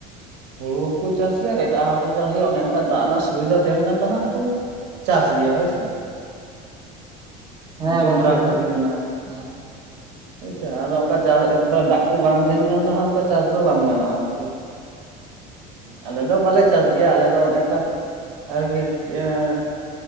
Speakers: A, on the right (about 75°); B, on the right (about 20°).
A: ᱦᱩᱲᱩ ᱦᱚᱸᱠᱚ ᱪᱟᱥ ᱜᱮᱭᱟ ᱟᱨ ᱮᱴᱟᱜ ᱦᱚᱸᱜ ᱠᱚ ᱪᱟᱥ ᱦᱚᱭᱤᱜ-ᱟ ᱚᱱᱮ ᱚᱱᱠᱟ ᱫᱟᱜ ᱨᱮᱱᱟᱜ ᱥᱩᱵᱤᱫᱟ ᱛᱟᱦᱮᱱ ᱠᱷᱟᱱ ᱫᱚ ᱦᱟᱸᱜ ᱠᱩ᱾ ᱪᱟᱥ ᱜᱮᱭᱟ ᱦᱳᱭᱥᱮ᱾
B: ᱦᱮᱸ
A: ᱡᱚᱸᱰᱨᱟ
B: ᱜᱚᱝᱠᱮ
A: ᱠᱚ
B: ᱢᱟ
A: ᱦᱩᱭᱱᱟ᱾
B: ᱦᱮᱸ
A: ᱦᱳᱭ ᱥᱮ ᱟᱫᱚ ᱚᱱᱠᱟ ᱪᱟᱥ ᱚᱱᱠᱟ ᱫᱟᱜ ᱠᱚ ᱵᱟᱝ ᱛᱟᱦᱮᱱ ᱠᱷᱟᱱ ᱫᱚ ᱦᱟᱸᱜ ᱚᱱᱠᱟ ᱪᱟᱥ ᱫᱚ ᱵᱟᱝ ᱜᱟᱱᱚᱜᱼᱟ ᱟᱨᱠᱤ᱾ ᱟᱞᱮ ᱫᱚ ᱵᱟᱞᱮ ᱪᱟᱥ ᱜᱮᱭᱟ ᱟᱞᱮ ᱫᱚ ᱚᱱᱮ ᱚᱱᱠᱟ ᱟᱨᱠᱤ ᱮᱸ